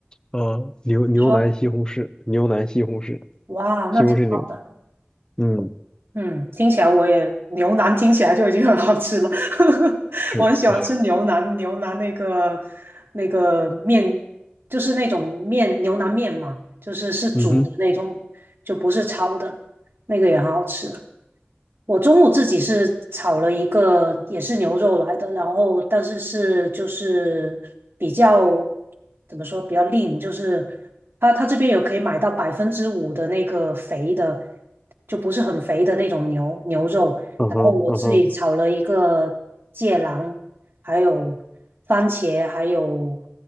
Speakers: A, on the left; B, on the right.
A: 呃，牛牛腩西红柿，
B: 你说，
A: 牛腩西红柿，
B: 哇，
A: 西红柿牛，
B: 那挺好的。
A: 嗯，
B: 嗯，听起来我也牛腩听起来就已经很好吃了。<laughs>
A: 是，
B: 我很喜欢吃牛腩，
A: 哎，
B: 牛腩那个那个面就是那种面牛腩面嘛，就是是煮的那种，
A: 嗯哼，
B: 就不是焯的，那个也很好吃。我中午自己是炒了一个也是牛肉来的，然后但是是就是比较怎么说比较 lean，就是它它这边有可以买到百分之五的那个肥的，就不是很肥的那种牛牛肉。
A: 嗯哼，
B: 然后我自己炒了一个芥蓝，
A: 嗯哼，
B: 还有番茄，还有